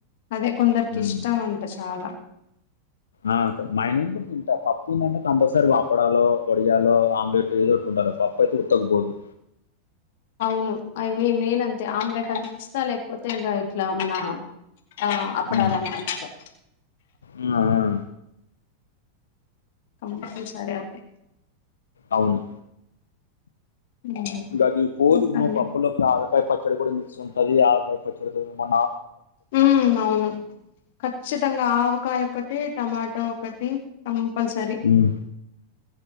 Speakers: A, on the left; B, on the left.
A: అదే కొందరికి
B: మ్మ్.
A: ఇష్టం అంత చాలా
B: ఆ మైనన్ కూడా తింటా పప్పు ఉందంటే కంపల్సరీ అప్పడాలో వడియాలో ఆమ్లెట్ ఏదో ఒకటి ఉ పప్పయితే ఉత్తకు పోదు
A: అవును అవి మెయిన్ అంతే ఆమ్లెట్ అన్న ఇస్తా లేకపోతే ఇగ ఇట్లా మన ఆ అప్పడల్లన్న
B: మ్మ్.
A: పంచుతా
B: ఆ, ఆ.
A: కంపల్సరీ అదే
B: అవును
A: హ్మ్
B: ఇగ అది పోదు
A: ఇంకా
B: మా
A: అండి
B: పప్పులో ఆవకాయ పచ్చడి కూడా మిస్ ఉంటది ఆవకాయ పచ్చడితోను మా
A: ఉ అవును ఖచ్చితంగా ఆవకాయ ఒకటి టమాటో ఒకటి కంపల్సరీ
B: ఉ